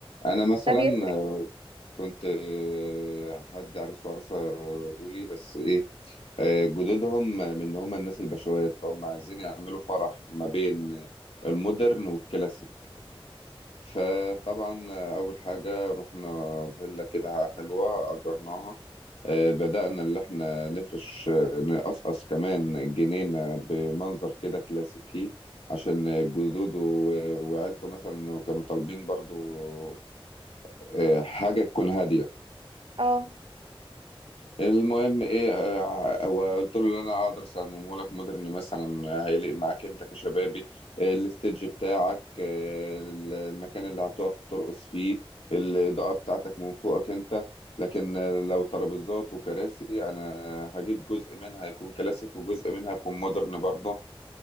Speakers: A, on the left (about 80°); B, on the right (about 65°).
A: انا مثلا
B: ده بيفرق
A: كنت آه، حد عريس وعروسة بيقولي بس إيه آه، جدودهم من اللي هم الناس البشوات فهم عايزين يعملوا فرح ما بين المودرن والكلاسيك فطبعا آه، أول حاجة رحنا فيلا كده حلوة أجرناها آه، بدأنا اللي احنا نفرش آه، نقصقص كمان الجنينة بمنظر كده كلاسيكي عشان جدوده و- وعيلته مثلا كانوا طالبين برضو آه، حاجة تكون هادية
B: اه
A: المهم ايه آه، هو قلت له اللي انا هقدر اصممه لك مودرن مثلا هيليق معاك انت كشبابي آه، الستيج بتاعك آه، المكان اللي هتقف ترقص فيه الاضاءه بتاعتك من فوقك انت لكن آه، لو ترابيزات وكراسي انا هجيب جزء منها يكون كلاسيك وجزء منها يكون مودرن برضه